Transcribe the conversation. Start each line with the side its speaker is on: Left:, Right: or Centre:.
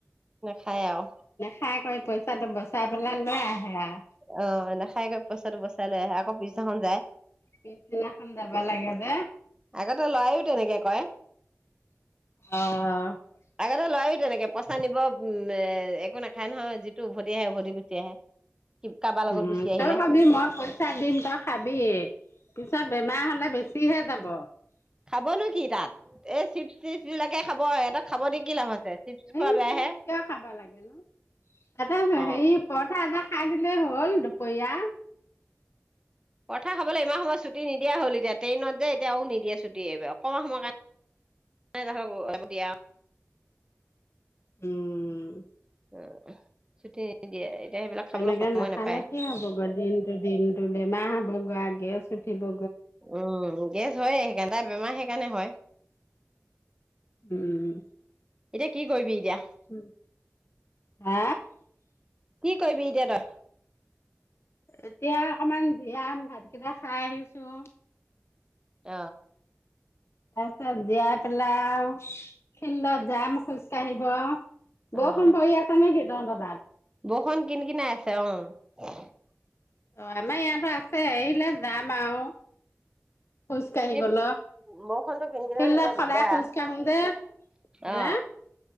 Right: খাই আৰু
Left: খাই কৰি পইচাটো বচাই পেলাই লৈ আহে আৰু
Right: অঁ এনে খাই গৈ পইচাটো বচাই লে আকৌ পিছদিনাখন যায়।
Left: পিছদিনাখন যাব লাগে যে
Right: আগতে লৰাও তেনেকে কয়।
Left: অঁ
Right: ত লয়ো তেনেকে পইচা নিব এ একো নাখায় নহয় যিটো উভতি আহে উভতি গুচি আহে। কাৰোবাৰ লগত
Left: উম
Right: গুচি আহিলে
Left: তই ভাবি মই পইচা দিম তই খাবি পিছত বেমাৰ হ'লে। লে বেছিহে যাব।
Right: খাবনো কি তাত এই চিপচ চিপছ বিলাকে খাব ইহঁত খাব দ কি লাভ আছে। চিপছ খোৱা
Left: এই
Right: বেয়াহে
Left: চিপচ কিয় খাব লাগে নো এটা
Right: অ
Left: হে পৰঠা এটা খাই দিলে হ'ল দুপৰীয়া
Right: পৰথা খাবলৈ ইমান সময়ত ছুটি নিদিয়া হল এতিয়া ট্ৰেইনত যে এতিয়াও আও নিদিয়া ছুটিব অকণমান সময় কাৰণে <unintelligible>
Left: উম
Right: অ চুটি নিদিয়ে এতিয়া সেইবিলাক খাবলৈ
Left: তেনেকে
Right: সময়
Left: নাখালে
Right: নাপায়
Left: কি হ'ব গ দিনটো দিনটো বেমাৰ <unintelligible> গেছ উঠিব
Right: উম গেছ হয়ে সেইকাৰণ সদায় বেমাৰ সেইকাৰণে হয়
Left: উম
Right: এতিয়া কি কৰিবি? এতিয়া
Left: উম, হা?
Right: কৈবি এতিয়া তই
Left: এতিয়া অকমান জিৰাম ভাতকেইটা খাই আহিছো।
Right: ত
Left: তাছত জীয়াই পেলাই ফিল্ডত যাম খোজ কাঢ়িব।
Right: অ
Left: বৰষুণ
Right: অ
Left: পই আছে নে সি <unintelligible>
Right: বৰষুণ কিন কিনাই আছে অ। <unintelligible>
Left: অ আমাৰ ইয়াতো আছে এৰিলে যাম আও। খোজ কঢ়িবল,
Right: এই বৰষুণটো কিন কিনাই
Left: ফিল্ডত
Right: থাকিলে দিগদাৰ।
Left: সদাই খোজ কাঢ়োং দে,
Right: অ
Left: হে?